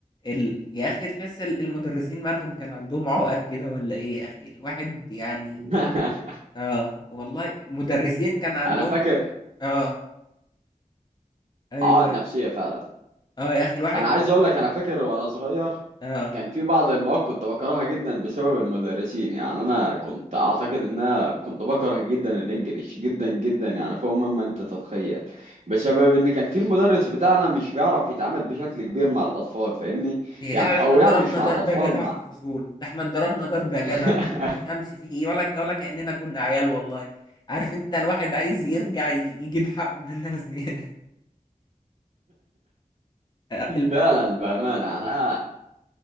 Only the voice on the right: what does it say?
<laughs>
انا فاكر
عقد نفسيه فعلا
انا عايز اقول لك انا فاكر وانا صغير
كان في بعض المواد كنت بكرهها جدا بسبب المدرسين يعني انا كنت اعتقد ان انا كنت بكره جدا الانجليش جدا جدا يعني فوق مما انت تتخيل بسبب ان كان في المدرس بتاعنا مش بيعرف يتعامل بشكل كبير مع الاطفال فاهمني
يعني
او
يعني مش مع
الاطفال
مع
<laughs>
فعلا بامانه يعني انا